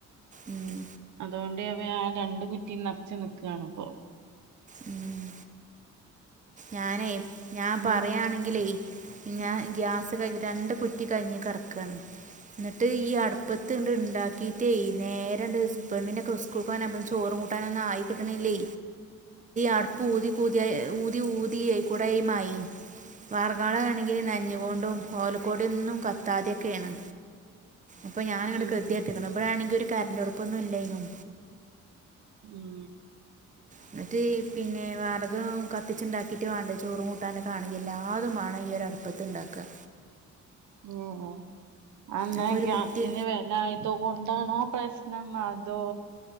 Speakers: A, on the right (about 25°); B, on the right (about 70°).
A: ഉം,
B: അതുകൊണ്ട് അവ ആ രണ്ടു കുറ്റിയും നിറച്ച് നിക്കുകയാണ്പോ
A: ഉം. ഞാനേ ഞാൻ പറയാണെങ്കിലേ
B: ഉം
A: ഞാൻ
B: ഉം
A: ഗ്യാസ് കഴിഞ്ഞി രണ്ട് കുറ്റി കഴിഞ്ഞി കെടക്കാണ് എന്നിട്ട് ഈ അടുപ്പത്ത്
B: ഉം
A: ഇണ്ട് ഉണ്ടാക്കിട്ടേ നേരണ്ട്
B: ഉം
A: പെണ്ണിനൊക്കെ സ്കൂൾ പോവാൻ ചോറും കൂട്ടാനൊന്നും ആയി കിട്ടണില്ലേ അടുപ്പ്
B: ഉം
A: ഊതിതി ഊതി ഊതിക്കൂടയുമായി വർ കാളാണെങ്കിൽ നനഞ്ഞുകൊണ്ടും ഓലക്കോടി ഒന്നും കത്താതെയൊക്കെയാണ് അപ്പൊ ഞാനിങ്ങട്
B: ഉം
A: ഗതി കെട്ട്ക്ക്ണ് ഇവിടൊണെങ്കി ഒരു കറൻ്റ് അടുപ്പൊന്നും ഇല്ലായിനും
B: ഉം
A: എന്നിട്ട് പിന്നെ വറക് കത്തിച്ചുണ്ടാക്കിട്ട് വേണ്ടേ ചോറും കൂട്ടാനൊക്കെ ആണെങ്കിൽ എല്ലാ അതുംമാണെ യര അടുപ്പത്ത് ഉണ്ടാക്കുക
B: ഉം അന്താ
A: അപ്പൊ ഒരു
B: ഗ്യാസിന്
A: കുറ്റി
B: വില ആയത് കൊണ്ടാണോ പ ണം അതോ